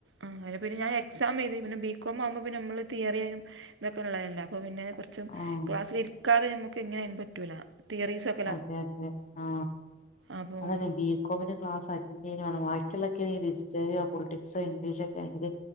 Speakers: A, on the right; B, on the left.
A: അങ്ങനെ പിന്നെ ഞാൻ എക്സാംഎഴുധി പിന്നെ ബി കോം ആവ്മ്പൊ പിന്ന നമ്മള്തിയറിയായും തൊക്കെള്ളതല്ല അപ്പൊ പിന്നെകുറ
B: ആഹ്
A: ക്ലാസിലിരിക്കാതെ നമക്ക് എങ്ങനായാലും പറ്റൂല തിയറീസ്ഒക്കെ
B: അതെ അതെ ആ
A: അപ്പോ
B: അതന്നെ ബികോമിന്റെ ക്ലാസ്സ് അറ്റൻണ്ട് ചെയ്യ <unintelligible> ക്കിഉള്ളതോക്കേണെങ്കിൽ ഹിസ്റ്ററിയോ പൊളിറ്റിക്സോ ഇംഗ്ലീഷോക്കെണെങ്കിൽ